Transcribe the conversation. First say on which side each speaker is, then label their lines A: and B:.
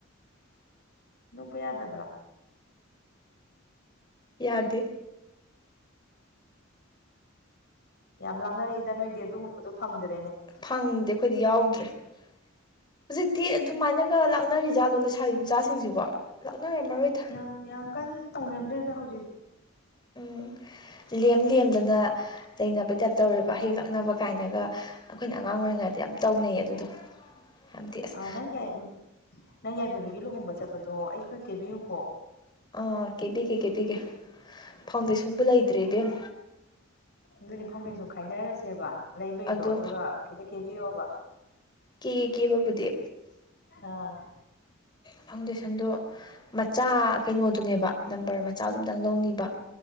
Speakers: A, on the left (about 50°); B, on the left (about 20°).
A: ꯅꯨꯣꯄ ꯌꯥꯗꯕ꯭ꯔꯥ
B: ꯌꯥꯗꯦ
A: ꯌꯥꯝ ꯂꯥꯛꯅꯔꯛꯏꯗ ꯅꯣꯏꯗꯤ ꯑꯗꯨꯒꯨꯝꯕꯗꯣ ꯐꯪꯗ꯭ꯔꯦ
B: ꯐꯪꯗꯦ ꯑꯩꯈꯣꯏꯗꯤ ꯌꯥꯎꯗ꯭ꯔꯦ ꯍꯧꯖꯤꯛꯇꯤ ꯑꯗꯨꯃꯥꯏꯅꯒ ꯂꯥꯛꯅꯔꯤꯖꯥꯠꯂꯣꯗ ꯁꯥꯔꯤ ꯃꯆꯥꯁꯤꯡꯁꯤꯕꯣ ꯂꯥꯛꯅꯔꯝꯃꯔꯣꯏꯗ
A: ꯌꯥꯝ ꯌꯥꯝ ꯀꯟꯅ ꯇꯧꯅꯗ꯭ꯔꯦꯗ ꯍꯧꯖꯤꯛꯇꯤ
B: ꯎꯝ ꯂꯦꯝ ꯂꯦꯝꯗꯅ ꯆꯩꯅꯕꯩ ꯇꯥꯏꯞ ꯇꯧꯔꯦꯕ ꯑꯌꯨꯛ ꯂꯛꯅꯕ ꯀꯥꯏꯅꯒ ꯑꯩꯈꯣꯏꯅ ꯑꯉꯥꯡ ꯑꯣꯏꯔꯤꯉꯩꯗ ꯌꯥꯝ ꯇꯧꯅꯩꯌꯦ ꯑꯗꯨꯗꯣ ꯌꯥꯝꯗꯤ ꯑꯁ
A: ꯑ ꯅꯪ ꯌꯥꯏ ꯅꯪ ꯌꯥꯏꯐꯕꯒꯤ ꯂꯨꯍꯣꯡꯕ ꯆꯠꯄꯗꯣ ꯑꯩ ꯈꯔ ꯇꯦꯕꯤꯌꯨꯀꯣ
B: ꯑꯥ ꯀꯦꯕꯤꯒꯦ ꯀꯦꯕꯤꯒꯦ ꯐꯥꯎꯟꯗꯦꯁꯟꯕꯨ ꯂꯩꯇ꯭ꯔꯦ ꯏꯕꯦꯝ
A: ꯑꯗꯨꯅꯤ ꯐꯥꯎꯗꯦꯟ ꯁ ꯈꯥꯏꯅꯔꯁꯦꯕ ꯂꯩꯕꯩꯗꯣ
B: ꯑꯗꯣ
A: ꯑꯗꯨꯒ ꯈꯤꯇ ꯀꯦꯕꯤꯌꯣꯕ
B: ꯀꯦ ꯀꯩ ꯀꯦ ꯕꯕꯨꯗꯤ
A: ꯑꯥ
B: ꯐꯥꯎꯟꯗꯦꯁꯟꯗꯣ ꯃꯆꯥ ꯀꯩꯅꯣꯗꯨꯅꯦꯕ ꯅꯝꯕꯔ ꯃꯆꯥꯗꯨꯝꯇꯪ ꯂꯧꯅꯤꯕ